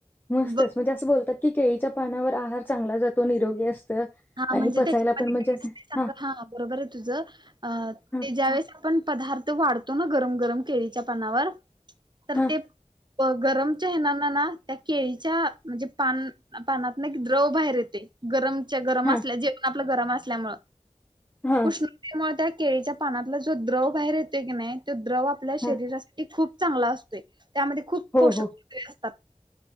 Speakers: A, on the left; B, on the right.
A: मस्तस
B: बघ
A: म्हणजे बोलतात की केळीच्या पानावर आहार चांगला जातो निरोगी असत आणि
B: हा म्हणजे
A: पचायला
B: त्याच्यामध्ये
A: पण म्हणजे
B: काय असते सांग
A: हां,
B: हा बरोबर आहे तुझं. अ
A: हां,
B: ते ज्या वेळेस आपण पदार्थ वाढतो ना गरम गरम केळीच्या पानावर तर
A: हां,
B: ते गरमच्या ये ना त्या केळीच्या म्हणजे पान पानात ना की द्रव बाहेर येते गरम. जे गरम
A: हां,
B: असल्या जे पण आपल्या गरम असल्यामूळ
A: हां,
B: उष्णते मूळ केळीच्या पानातला जो द्रव बाहेर येतोय कणी तो द्रव आपल्या शरीरासाठी
A: हां.
B: खूप चांगला असतोय. त्यामध्ये खूप
A: हो,
B: पोषक
A: हो.
B: <unintelligible> असतात,